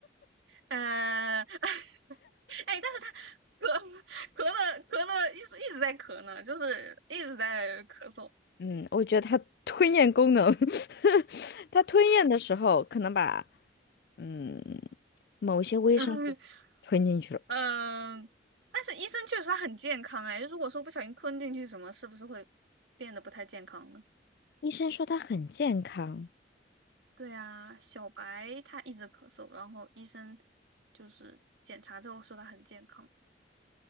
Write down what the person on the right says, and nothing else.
呃，<laughs> 哎，但是他咳咳了咳了，一直一直在咳呢，就是一直在咳嗽，
呃，
<laughs> 嗯、呃但是医生确实他很健康哎，如果说不小心吞进去什么，是不是会变得不太健康呢？
对啊，小白他一直咳嗽，然后医生就是检查之后说他很健康。